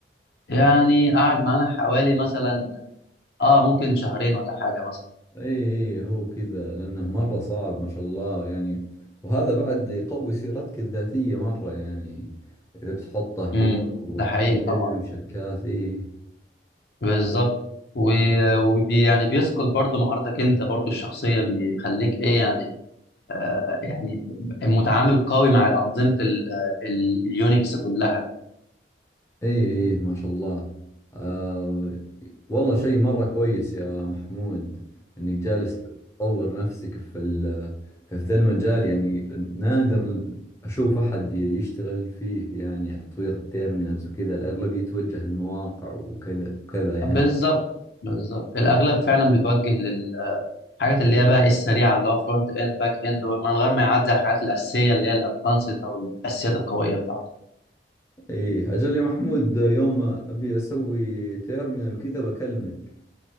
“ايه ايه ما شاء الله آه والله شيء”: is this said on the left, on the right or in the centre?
Left